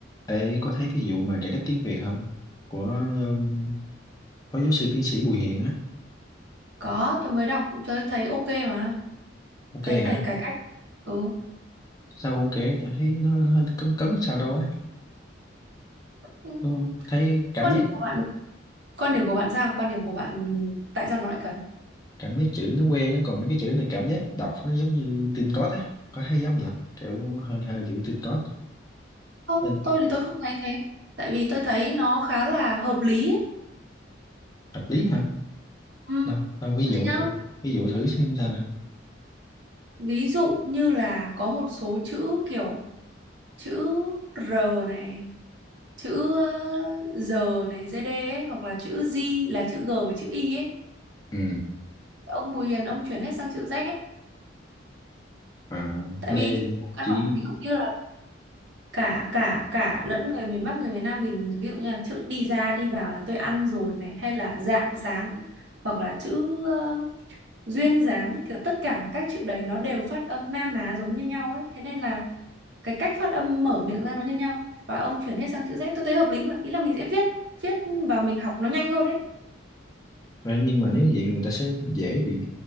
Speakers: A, on the left (about 20°); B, on the right (about 65°).
A: Ê, có thấy cái vụ mà cải cách tiếng Việt không? Của um, có giáo sư tiến sĩ Bùi Hiền á.
B: Có, tôi mới đọc tôi thấy ok mà,
A: Ok
B: thấy cải
A: hả?
B: cải cách. Ừ.
A: Sao ok? Tôi thấy nó hơi cấn cấn sao đâu á.
B: ừ.
A: Đúng không? Thấy cảm
B: Quan
A: giác
B: điểm của bạn, quan điểm của bạn sao? Quan điểm của bạn tại sao nó lại cấn?
A: cảm giác chữ nó quen á. Còn mấy cái chữ này cảm giác đọc nó giống như tin cót á. Có thấy giống gì không? Kiểu hơi hơi kiểu tin cót.
B: Không,
A: Nên
B: tôi thì tôi không thấy thế. Tại vì tôi thấy nó khá là hợp lý ấy.
A: hợp lý hả?
B: Ừ.
A: Đâu, đâu ví
B: Đấy
A: dụ
B: nhá.
A: thử. Ví dụ thử xem sao nè.
B: Ví dụ như là có một số chữ kiểu chữ R này, chữ ờ, R này, ZD ấy, hoặc là chữ Z là chữ G với chữ Y ấy.
A: Ừ.
B: Ông Bùi Hiền ông chuyển hết sang chữ Z.
A: À,
B: Tại
A: D
B: vì kiểu căn
A: chữ
B: bản ví dụ như là cả cả cả lẫn người miền Bắc người miền Nam mình ví dụ như là chữ đi ra đi vào là tôi ăn rồi này hay là rạng sáng hoặc là chữ um, duyên dáng kiểu tất cả các chữ đấy nó đều phát âm na ná giống như nhau ấy thế nên là cái cách phát âm mở miệng ra nó như nhau và ông chuyển hết sang chữ Z tôi thấy hợp lý mà ý là mình sẽ viết viết và mình học nó nhanh hơn đấy
A: đấy nhưng mà nếu như vậy người ta sẽ dễ bị